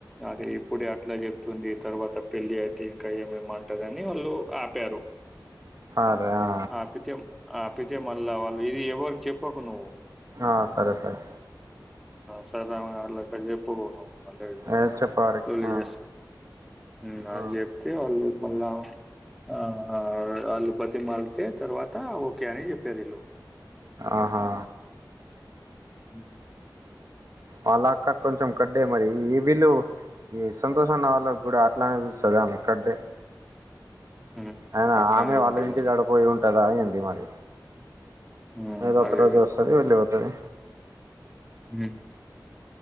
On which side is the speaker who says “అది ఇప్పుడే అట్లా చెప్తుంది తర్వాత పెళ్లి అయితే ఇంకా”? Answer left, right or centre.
Centre